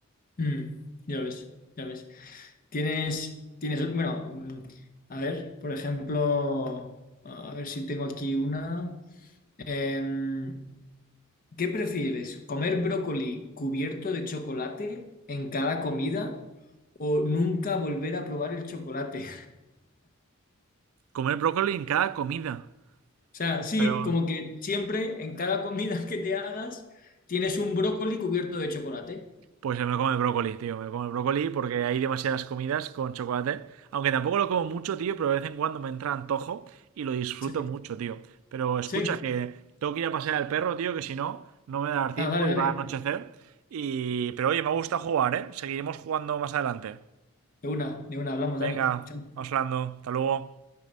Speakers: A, on the left; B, on the right.
A: Mm, ya ves, ya ves. Tienes, tienes, bueno, mm, a ver, por ejemplo, a ver si tengo aquí una. Em, ¿qué prefieres? ¿Comer brócoli cubierto de chocolate en cada comida o nunca volver a probar el chocolate?
B: Comer brócoli en cada comida.
A: O sea, sí,
B: Espero...
A: como que siempre en cada comida que te hagas tienes un brócoli cubierto de chocolate.
B: Pues me como el brócoli, tío. Me como el brócoli porque hay demasiadas comidas con chocolate. Aunque tampoco lo como mucho, tío, pero de vez en cuando me entra antojo y lo disfruto
A: Sí,
B: mucho, tío. Pero escucha
A: sí.
B: que tengo que ir a pasear al perro, tío, que si no, no me va a dar tiempo
A: Ah, dale, dale.
B: y va a anochecer. Y... Pero oye, me gusta jugar, ¿eh? Seguiremos jugando más adelante.
A: De una, de una, hablamos,
B: Venga,
A: Dani. Chao.
B: vamos hablando. Hasta luego.